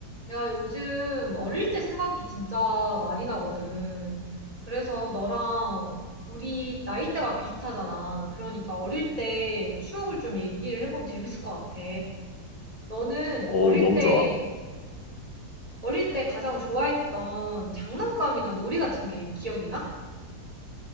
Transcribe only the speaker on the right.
내가 요즘 어릴 때 생각이 진짜 많이 나거든. 그래서 너랑 우리 나이대가 비슷하잖아. 그러니까 어릴 때 추억을 좀 얘기를 해보면 재밌을 것 같아. 너는
어릴
때,
어릴 때 가장 좋아했던 장난감이나 놀이 같은 게 기억이 나?